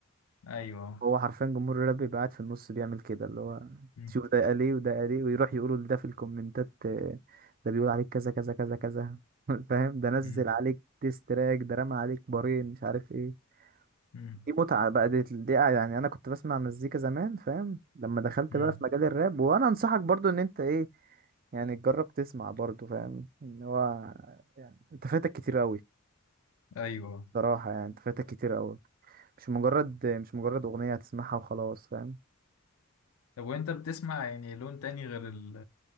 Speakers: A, on the left; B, on the right.
A: ايوه
B: هو حرفيا جمهور الراب بيبقى قاعد في النص بيعمل كده اللي هو
A: م-
B: تشوف ده قال ايه وده قال ايه ويروح يقولوا لده في الكومنتات آه، ده بيقول عليك كذا كذا كذا كذا <laughs> فاهم ده نزل
A: م-
B: عليك تراك ده رمى عليك بارين مش عارف ايه
A: م-
B: دي متعة بقى دي, دي يعني انا كنت بسمع مزيكا زمان فاهم لما دخلت
A: م.
B: بقى في مجال الراب وانا انصحك برضو ان انت ايه يعني تجرب تسمع برضو فاهم ان هو يعني انت فاتك كتير قوي
A: ايوه
B: صراحة يعني انت فاتك كتير قوي مش مجرد مش مجرد اغنية هتسمعها وخلاص فاهم
A: طب وانت بتسمع يعني لون تاني غير ال